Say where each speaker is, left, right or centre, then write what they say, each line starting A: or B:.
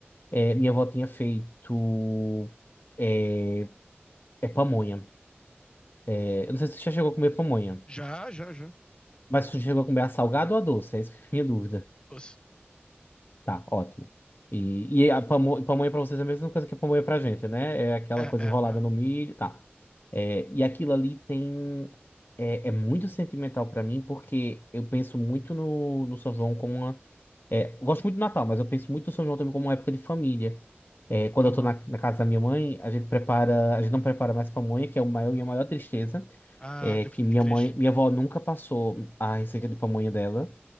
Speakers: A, on the left (about 50°); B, on the left (about 25°).
A: É, minha avó tinha feito é, é pamonha. É, eu não sei se você já chegou a comer pamonha,
B: Já, já, já.
A: mas você chegou a comer a salgada ou a doce? É isso que é a minha dúvida.
B: Nossa.
A: Tá, ótimo. E, e a pamo- pamonha pra vocês é a mesma coisa que a pamonha pra gente, né? É aquela
B: É,
A: coisa enrolada
B: é, é.
A: no milho, tá. É, e aquilo ali tem. É, é muito sentimental pra mim, porque eu penso muito no, no São João como uma É, eu gosto muito do Natal, mas eu penso muito no São João também como uma época de família. É, quando
B: Aham.
A: eu tô na, na casa da minha mãe, a gente prepara, a gente não prepara mais pamonha, que é o maior, minha maior tristeza.
B: Ah,
A: É
B: depre-
A: que minha
B: que triste.
A: mãe, minha avó nunca passou a receita de pamonha dela.